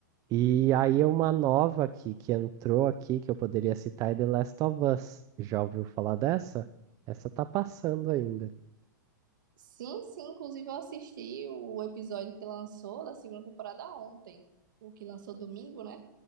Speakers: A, on the right; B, on the right.
A: E aí uma nova aqui que entrou aqui que eu poderia citar é The Last of Us. Já ouviu falar dessa? Essa tá passando ainda.
B: Sim, sim, inclusive eu assisti o episódio que lançou da segunda temporada ontem. O que lançou domingo, né?